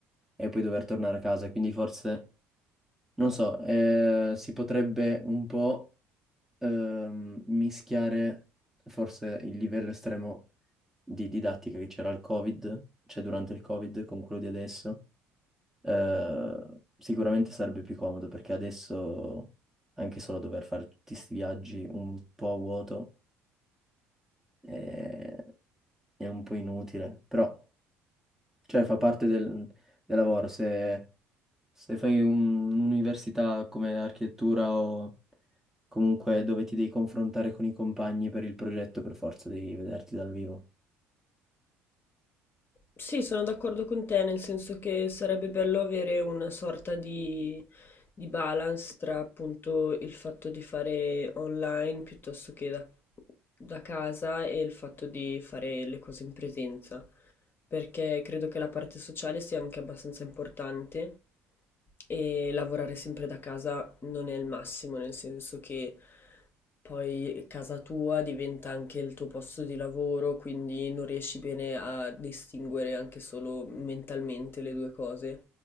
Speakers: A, in the centre; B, on the left.
A: e poi dover tornare a casa. Quindi forse non so, eh, si potrebbe un po' ehm, mischiare forse il livello estremo di didattica che c'era al Covid, cioè durante il Covid, con quello di adesso. Eh, sicuramente sarebbe più comodo perché adesso anche solo dover fare tutti questi viaggi un po' a vuoto eh, è, un po' inutile, però cioè, fa parte del, del lavoro. Se, se fai un- un'università come architettura o... comunque dove ti devi confrontare con i compagni per il progetto, per forza devi vederti dal vivo.
B: Sì, sono d'accordo con te, nel senso che sarebbe bello avere una sorta di, di balance tra appunto il fatto di fare online piuttosto che da, da casa e il fatto di fare le cose in presenza, perché credo che la parte sociale sia anche abbastanza importante E lavorare sempre da casa non è il massimo, nel senso che poi casa tua diventa anche il tuo posto di lavoro, quindi non riesci bene a distinguere anche solo mentalmente le due cose